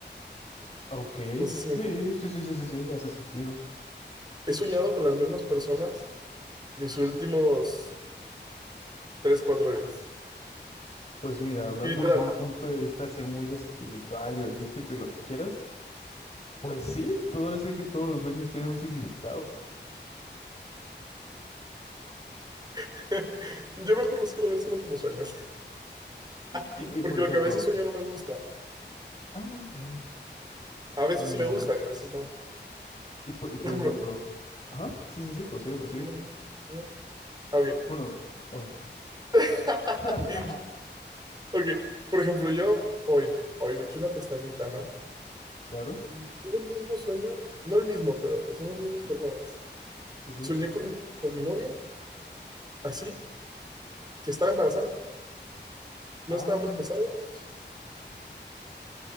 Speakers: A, on the left; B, on the right.
A: Ok,
B: No sé si me
A: sí,
B: entiendes.
A: sí, sí, sí, sí, sí, hace sentido.
B: He soñado con las mismas personas mis últimos tres, cuatro días.
A: Pues mira, hablando
B: Y literal,
A: desde un punto de vista así muy espiritual y holístico y lo que quieras, pues sí, todo ahora sí que todos los sueños tienen un significado.
B: <laughs> yo mejor los quiero ver solo como sueños,
A: Y,
B: <laughs>
A: y
B: porque
A: por ejemplo,
B: lo que a veces sueño no me gusta.
A: ah, mira,
B: A veces
A: mira
B: sí
A: nada
B: me gusta
A: más.
B: y a veces no.
A: Y, po- y por
B: Por ejemplo,
A: ejemplo, ajá, sí, sí, sí, prosigue, prosigue.
B: dime, dime, dime. Ah, Ok.
A: Bueno, oh,
B: <laughs>
A: <laughs>
B: Ok, por ejemplo, yo hoy, hoy me eché una pestañita, ¿no?
A: claro,
B: Y tuve el mismo sueño, no el mismo, pero son las mismas personas.
A: sí, sí.
B: Soñé con, con mi novia, así, que estaba embarazada, no
A: Ay,
B: estábamos casados,